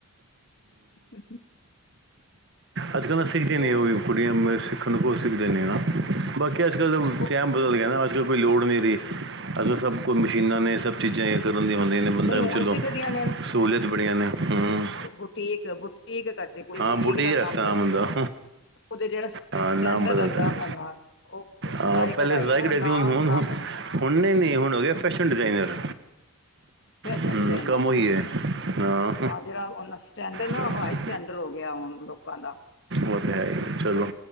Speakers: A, on the left (about 55°); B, on the right (about 55°).
A: <unintelligible>
B: ਅੱਜ-ਕੱਲ੍ਹ ਤਾਂ ਸਿੱਖਦੀਆਂ
A: ਹੋਰ
B: ਨਈ, ਉਹ
A: ਸੁਣਾ
B: ਵੀ ਕੁੜੀਆਂ ਸਿੱਖਣ ਨੂੰ ਕੁਛ ਸਿੱਖਦੀ ਨੇ ਨਾ। ਬਾਕੀ ਅੱਜ-ਕੱਲ
A: ਉਹ
B: ਟੈਮ ਬਦਲ ਗਿਆ ਨਾ, ਅੱਜ-ਕੱਲ ਕੋਈ ਲੋੜ ਨਹੀਂ ਰਹੀ, ਅੱਜ-ਕੱਲ ਸਭ ਕੋਈ ਮਸ਼ੀਨਾਂ ਨੇ, ਸਭ ਚੀਜ਼ਾਂ ਇਹ ਕਰਨ ਦੀਆਂ ਹੁੰਦੀਆਂ ਨੇ ਬੰਦਾ
A: ਨਹੀਂ
B: ਐ
A: ਹੁਣ
B: ਵੀ ਚਲੋ,
A: ਸਿੱਖਦੀਆਂ
B: ਸਹੂਲਤਾਂ ਬੜੀਆਂ ਨੇ, ਹੂੰ।
A: ਬੁਟੀਕ-ਬੁਟੀਕ ਕਰਦੇ ਕੋਈ, ਬੁਟੀਕ
B: ਬੁੱਢੇ
A: ਦਾ
B: ਹੀ ਰੱਖਦਾ
A: ਕੰਮ ਕਰਦੇ
B: ਨਾਮ ਬੰਦਾ
A: ਐ, ਉਹਦੇ ਜਿਹੜਾ ਸਟੈਂਡਰਡ
B: ਹਾਂ ਨਾਮ ਬਦਲਦਾ
A: ਲੱਗਦਾ
B: ਹੈ
A: ਉਹਨਾਂ ਦਾ, ਉਹ ਸਿਲਾਈ
B: ਹਾਂ ਪਹਿਲੇ
A: ਕਢਾਈ
B: ਜ਼ਾਇਕ
A: ਦਾ
B: ਡੇ
A: ਨਾਂ-ਨਾਂ-
B: ਸੀ ਹੁਣ ਹੁਣ
A: ਨਾਂ
B: ਹੁਣ-
A: ਵਧਦਾ।
B: ਹੁਣ ਨਈ-ਨਈ ਹੁਣ ਹੋ ਗਿਆ, ਫੈਸ਼ਨ ਡਿਜ਼ਾਇਨਰ।
A: ਫੈਸ਼ਨ
B: ਹੂੰ,
A: ਡਿਜ਼ਾਇਨਰ
B: ਕੰਮ ਓਈ ਏ, ਹਾਂ।
A: ਜਿਹੜਾ ਉਹ ਸਟੈਂਡਰਡ ਨਾ,
B: ਚਲੋ
A: ਉਹ ਹਾਈ ਸਟੈਂਡਰਡ ਹੋ ਗਿਆ ਹੁਣ ਲੋਕਾਂ ਦਾ।
B: ਬਹੁਤ ਹੈ ਜੀ, ਚਲੋ
A: ਤੇ